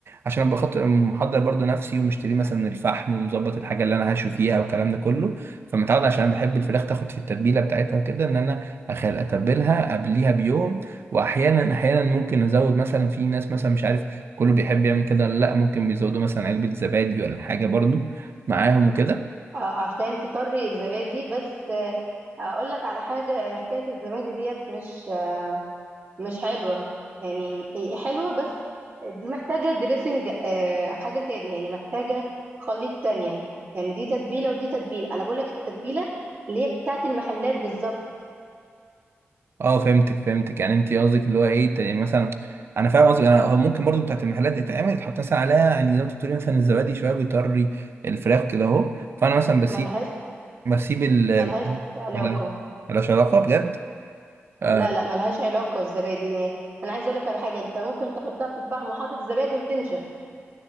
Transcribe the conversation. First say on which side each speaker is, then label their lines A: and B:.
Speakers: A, on the right; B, on the right.
A: عشان ابقى خاطر محضر برضو نفسي ومشتري مثلا الفحم ومظبط الحاجه اللي انا هشوي فيها والكلام ده كله فمتعود عشان انا بحب الفراخ تاخد في التتبيله بتاعتها وكده ان انا اخل اتبلها قبليها بيوم واحيانا احيانا ممكن ازود مثلا في ناس مثلا مش عارف كله بيحب يعمل كده ولا لا ممكن بيزودوا مثلا علبه زبادي ولا حاجه برضو معاهم وكده
B: آه، عشان تطري الزبادي بس آه، أقول لك على حاجة آه، حكاية الزبادي ديت مش آه، مش حلوة يعني هي حلوة بس دي محتاجة دريسنج آه، حاجة تاني يعني محتاجة خليط تانية يعني دي تتبيلة ودي تتبيلة أنا بقول لك التتبيلة اللي هي بتاعت المحلات بالظبط
A: اه فهمتك فهمتك يعني انت قصدك اللي هو ايه ت- يعني مثلا انا فاهم قصدك انا هو ممكن برضو بتاعت المحلات يتعمل يتحط مثلا عليها يعني زي ما انت بتقولي مثلا الزبادي شويه بيطري الفراخ كده اهو فانا مثلا بسيب
B: ملهاش
A: بسيب ال
B: ملهاش
A: بسيب
B: علاقة
A: ملاش ملاش علاقه بجد اه
B: لا لا ملهاش علاقة الزبادي أنا عايز أقولك على حاجة أنت ممكن تحطها في الفحم وحاطط الزبادي وتنشف